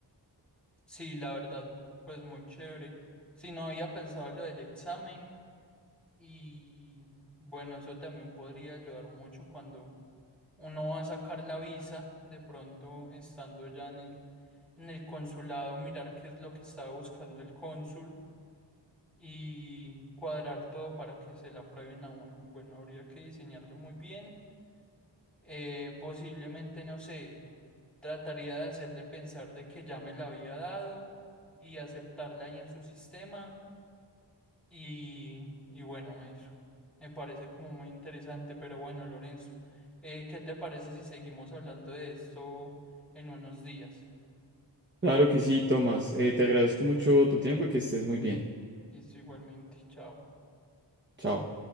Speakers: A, in the centre; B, on the right.
A: Sí, la verdad, pues muy chévere. Si no había pensado lo del examen y bueno, eso también podría ayudar mucho cuando uno va a sacar la visa, de pronto estando ya en el, en el consulado, mirar qué es lo que estaba buscando el cónsul y cuadrar todo para que se la aprueben a uno. Bueno, habría que diseñarlo muy bien. Eh, posiblemente, no sé, trataría de hacerle pensar de que ya me la había dado y aceptarla ahí en su sistema. Y, y bueno, eso me parece como muy interesante, pero bueno, Lorenzo, eh, ¿qué te parece si seguimos hablando de esto en unos días?
B: Claro que sí, Tomás. Eh, te agradezco mucho tu tiempo y que estés muy bien.
A: Listo, igualmente, chao.
B: Chao.